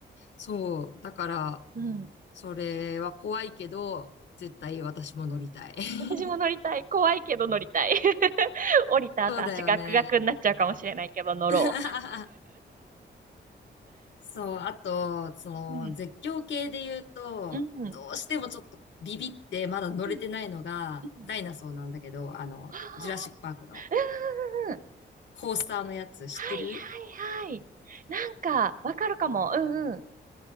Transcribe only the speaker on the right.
うん。
私も乗りたい。怖いけど乗りたい。<laughs> 降りた後足ガクガクになっちゃうかもしれないけど乗ろ
う。うん。
うん。うん。
うんうん
ああ
うんうんうん。
はいはいはい。なんか、わかるかも。うんうん。